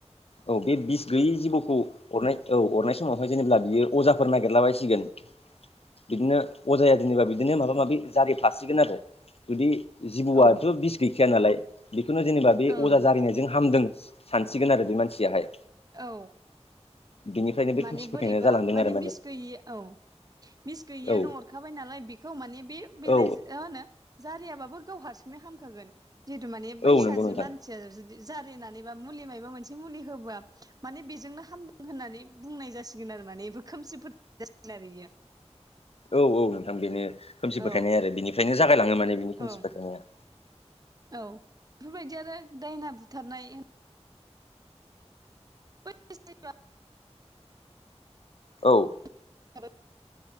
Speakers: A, on the left; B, on the right.
A: औ बे बिस गैयै जिबौखौ अरनाय औ अरनाय समावहाय जेनेब्ला बियो अजाफोर नागिरलाबायसिगोन बिदिनो अजाया जेनेबा बिदिनो माबा माबि जारिफ्लासिगोन आरो जुदि जिबौआथ'
B: औ औ
A: बिस गैखाया नालाय बेखौनो जेनेबा बे
B: ओं
A: अजा जारिनायजों हामदों सानसिगोन आरो बे मानसियाहाय।
B: औ
A: बिनिफ्रायनो बे
B: माने
A: खोमसि फोथायनाया
B: बोरैबा
A: जालांदों
B: माने
A: आरो
B: बिस गैयि औ मिस गैयिआनो
A: औ
B: अरखाबाय नालाय बेखौ माने बे बेलाय
A: औ
B: मा होनो जारियाबाबो गाव हारसिंनो हामखागोन जिहेतु माने
A: औ
B: बैसाज
A: नंगौ नोंथां
B: मान सिया जुदि जारिनानैबा मुलि मबा मोनसे मुलि होबा माने बेजोंनो हामदों होननानै बुंनाय जासिगोन आरो माने बेफोर खोमसिफोथ <inaudible> जासिगोन आरो इयो।
A: औ औ नोंथां बेनो खोमसि
B: औ
A: फोथायनाय आरो बेनिफ्रायनो जागायलाङो माने बेनि खोमसि
B: औ
A: फोथायनाया।
B: औ बेफोरबायदियानो दायना बुथारनाय <inaudible>
A: औ
B: <unintelligible>